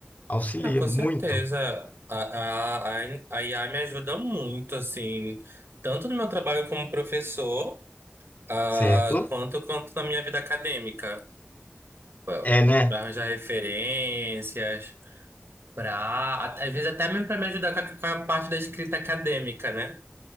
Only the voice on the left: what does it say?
Auxilia
muito,
certo?
É, né?